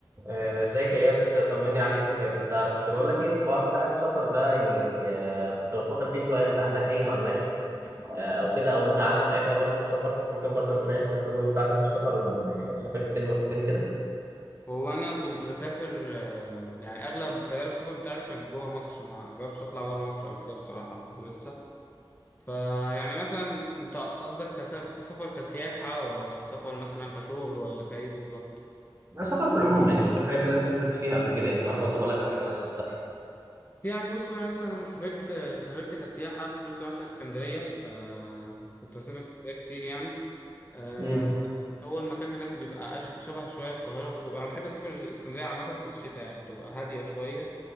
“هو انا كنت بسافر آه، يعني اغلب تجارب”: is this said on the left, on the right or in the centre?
Left